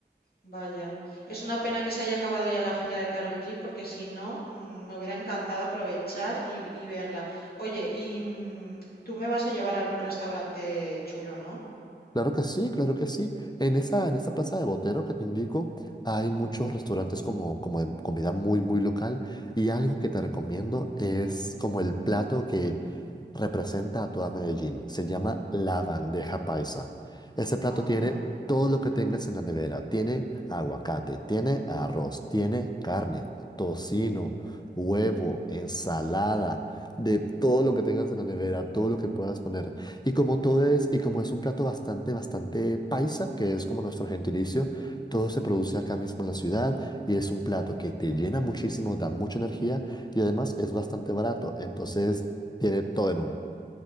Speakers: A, on the left; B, on the left.
A: Vaya, es una pena que se haya acabado ya la gira de Karol G, porque si no, mm, me hubiera encantado aprovechar y, y verla. Oye, y mm, tú me vas a llevar a algún restaurante chulo, ¿no?
B: Claro que sí, claro que sí. En esa, en esa plaza de Botero que te indico, hay muchos restaurantes como, como de comida muy, muy local. Y algo que te recomiendo es como el plato que representa a toda Medellín. Se llama la bandeja paisa. Ese plato
A: Anda.
B: tiene todo lo que tengas en la nevera. Tiene aguacate, tiene arroz, tiene carne, tocino, huevo, ensalada, de todo lo que tengas en la nevera, todo lo que puedas poner. Y como todo es, y como es un plato bastante, bastante paisa, que es como nuestro gentilicio, todo se produce acá mismo en la ciudad y es un plato que te llena muchísimo, da mucha energía y además es bastante barato, entonces tiene todo en uno.